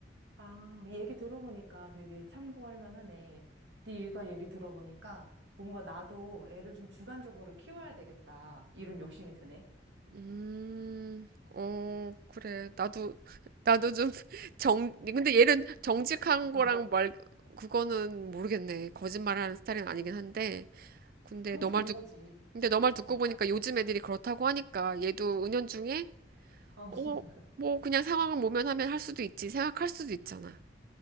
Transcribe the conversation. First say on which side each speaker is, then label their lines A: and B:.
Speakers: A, on the right (about 85°); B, on the right (about 55°).
A: 아, 얘기 들어보니까 되게 참고할 만하네. 네가 얘기 들어보니까 뭔가 나도 애를 좀 주관적으로 키워야 되겠다. 이런 욕심이 드네.
B: 음, 어, 그래. 나도, 나도 좀 <laughs> 정, 근데 얘는 정직한 거랑
A: 어,
B: 말, 그거는 모르겠네. 거짓말하는 스타일은 아니긴 한데. 근데
A: 그럼
B: 너
A: 좋은
B: 말 듣,
A: 거지.
B: 근데 너 말 듣고
A: 어,
B: 보니까 요즘 애들이 그렇다고 하니까 얘도 은연중에,
A: 어,
B: 어,
A: <laughs>
B: 뭐 그냥 상황을 모면하면 할 수도 있지. 생각할 수도 있잖아.